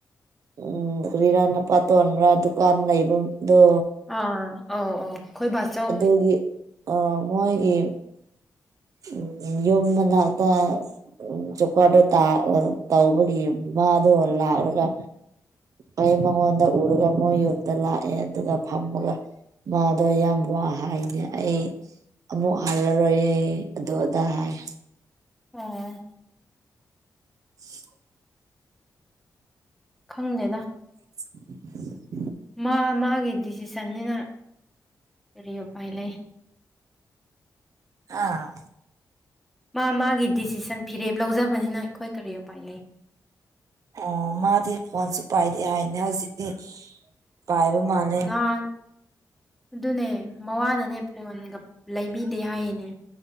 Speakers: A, on the right; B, in the centre.
A: ꯎꯝ ꯀꯔꯤꯔꯥ ꯅꯄꯥ ꯇꯣꯟꯔ ꯗꯨꯀꯥꯟ ꯂꯩꯕ ꯗꯨ
B: ꯑꯥ ꯑꯧ ꯑꯧ ꯕꯥꯆꯧ
A: ꯑꯗꯨꯒꯤ ꯑꯥ ꯃꯣꯏꯒꯤ ꯎꯝ ꯌꯨꯝ ꯃꯅꯥꯛꯇ ꯎꯝ ꯖꯣꯞꯀꯥꯗꯣ ꯇꯥ ꯑꯥ ꯇꯧꯕꯒꯤ ꯃꯥꯗꯣ ꯂꯥꯛꯔꯒ ꯑꯩ ꯃꯉꯣꯟꯗ ꯎꯔꯒ ꯃꯣꯏ ꯌꯨꯝꯗ ꯂꯥꯛꯑꯦ ꯑꯗꯨꯒ ꯐꯝꯃꯒ ꯃꯥꯗꯣ ꯌꯥꯝ ꯋꯥ ꯍꯥꯏꯅꯦ ꯑꯩ ꯑꯃꯨꯛ ꯍꯜꯂꯔꯣꯏꯌꯦ ꯑꯗꯨ ꯑꯗꯥ ꯍꯥꯏ
B: ꯑꯥ
A: <unintelligible>
B: ꯈꯪꯗꯦꯅ
A: <inaudible>
B: ꯃꯥ ꯃꯥꯒꯤ ꯗꯤꯁꯤꯁꯟꯅꯤꯅ ꯀꯔꯤ ꯎꯄꯥꯏ ꯂꯩ
A: ꯑꯥ
B: ꯃꯥ ꯃꯥꯒꯤ ꯗꯤꯁꯤꯁꯟ ꯐꯤꯔꯦꯞ ꯂꯧꯖꯕꯅꯤꯅ ꯑꯩꯈꯣꯏ ꯀꯔꯤ ꯎꯄꯥꯏ ꯂꯩ
A: ꯑꯣ ꯃꯥꯗꯤ ꯐꯣꯟꯁꯨ ꯄꯥꯏꯗꯦ ꯍꯥꯏꯅꯦ ꯍꯧꯖꯤꯛꯇꯤ ꯄꯥꯏꯕ ꯃꯥꯜ
B: ꯅꯥꯟ ꯑꯗꯨꯅꯦ ꯃꯋꯥꯅꯅꯦ ꯐꯣꯟꯒ ꯂꯩꯕꯤꯗꯦ ꯍꯥꯏꯌꯦꯅꯦ